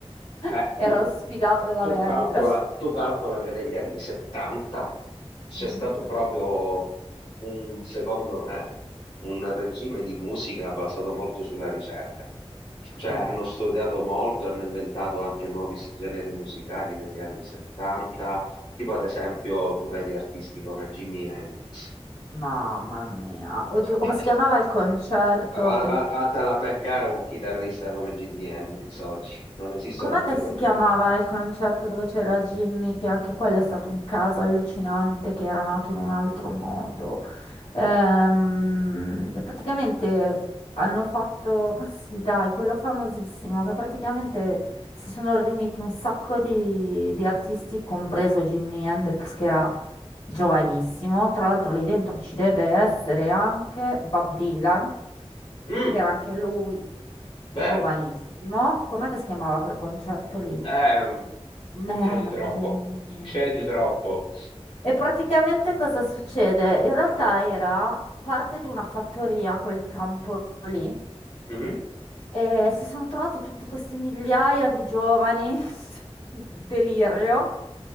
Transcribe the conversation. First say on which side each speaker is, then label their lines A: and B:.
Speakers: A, on the left (about 85°); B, on the left (about 50°).
A: <laughs>
B: Beh,
A: era
B: tu.
A: lo sfigato della
B: Tu
A: band.
B: calcola, tu calcola che negli anni 70 c'è
A: Mm,
B: stato proprio un, secondo me, un regime di musica basato molto sulla ricerca. Cioè
A: Sì,
B: hanno studiato molto, hanno inventato anche nuovi s- generi musicali negli anni 70, tipo ad esempio tu vedi artisti come Jimi Hendrix.
A: mamma mia. Oddio,
B: Cioè,
A: come
B: va-
A: si chiamava il concerto?
B: va- va- vattela a beccare un chitarrista come Jimi Hendrix oggi, non esistono
A: Com'è
B: più
A: che si
B: questi
A: chiamava
B: persone.
A: il concerto dove c'era Jimmy? Che anche quello è stato un caso allucinante che era nato in un altro modo. Ehm, praticamente hanno fatto, ma sì, dai, quello famosissimo che praticamente si sono riuniti un sacco di, di artisti, compreso Jimi Hendrix che era giovanissimo. Tra l'altro lì dentro ci deve essere anche Bob Dylan
B: Mm,
A: che era anche lui giovanissimo.
B: vero,
A: Com'è che si chiamava quel concerto lì?
B: Eh,
A: Meh,
B: c'è di
A: non
B: troppo,
A: mi viene in mente.
B: c'è di troppo.
A: E praticamente cosa succede? In realtà era parte di una fattoria quel campo lì.
B: Mhm.
A: E si sono trovati tutti questi migliaia di giovani, <laughs> delirio,